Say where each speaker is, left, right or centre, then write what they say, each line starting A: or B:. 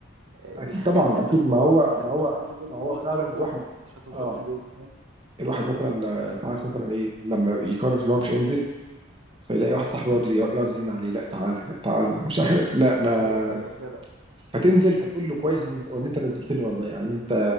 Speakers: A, on the right (about 70°); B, on the right (about 25°).
A: آه،
B: اكيد
A: والحكايات
B: طبعا
A: اللي بتحكوها
B: اكيد ما هو
A: والحاجات
B: ما
A: اللي
B: هو
A: التفاصيل اللي بينكم
B: ما هو
A: وهزاركم
B: فعلا الواحد
A: مش هتهزروا
B: اه
A: في البيت فاهم
B: الواحد مثلا ل- ساعات مثلا ايه لما يقرر ان هو مش هينزل فيلاقي واحد صاحبه يقعد يقعد يزن عليه لا تعالى لا تعالى مش عارف- لا ما
A: ايوه ايوه كده
B: فتنزل فتقول له كويس ان وإن انت نزلتني والله يعني انت